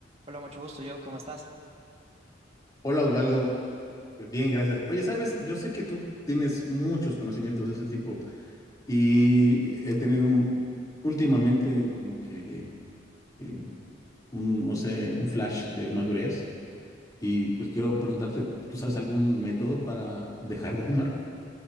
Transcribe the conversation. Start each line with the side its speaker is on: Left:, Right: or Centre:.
Right: Hola, mucho gusto, Joe. ¿Cómo estás?
Left: Hola Osvaldo, bien, gracias. Oye, sabes, yo sé que tú tienes muchos conocimientos de ese tipo y he tenido un- últimamente como que eh, un, no sé, un flash de madurez y pues quiero preguntarte, ¿tú sabes algún método para dejar de fumar?